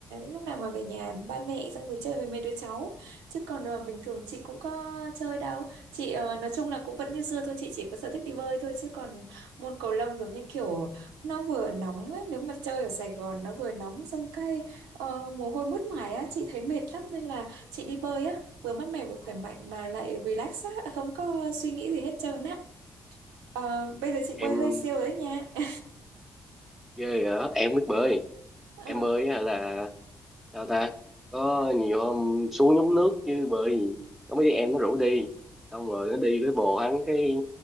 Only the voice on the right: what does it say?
lúc nào mà về nhà ba mẹ xong rồi chơi với mấy đứa cháu chứ còn ờ, bình thường chị cũng có chơi đâu. Chị ờ, nói chung là cũng vẫn như xưa thôi, chị chỉ có sở thích đi bơi thôi chứ còn môn cầu lông giống như kiểu nó vừa nóng á, nếu mà chơi ở Sài Gòn nó vừa nóng xong cái ờ, mồ hôi mướt mải á, chị thấy mệt lắm nên là chị đi bơi á, vừa mát mẻ vừa khỏe mạnh mà lại relax á, không có suy nghĩ gì hết trơn á. Ờ, bây giờ chị bơi
hơi siêu rồi đấy nha. <laughs>
Ờ,